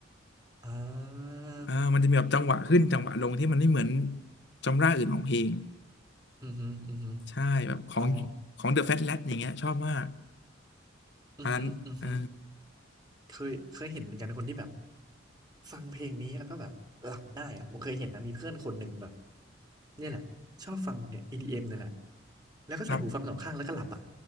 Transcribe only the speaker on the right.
อ่า
อือฮึอือฮึ
อ๋อ
อือฮึอือฮึ
เคยเคยเห็นเหมือนกันคนที่แบบฟังเพลงนี้แล้วก็แบบหลับได้อะผมเคยเห็นนะมีเพื่อนคนหนึ่งแบบเนี่ยแหละชอบฟังเนี่ย EDM เอ็มเนี่ยแหละแล้วก็ใส่หูฟังสองข้างแล้วก็หลับอ่ะ